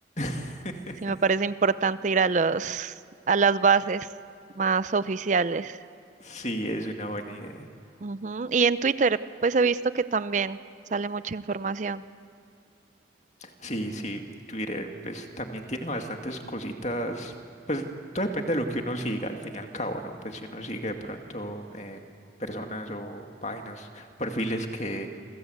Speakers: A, on the left; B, on the right.
A: <laughs>
B: Sí, me parece importante ir a los, a las bases más oficiales.
A: Sí, es una buena idea.
B: Ujú. Y en Twitter, pues he visto que también sale mucha información.
A: Sí, sí, Twitter pues también tiene bastantes cositas, pues todo depende de lo que uno siga al fin y al cabo, ¿no? Pues si uno sigue de pronto eh, personas o páginas, perfiles que,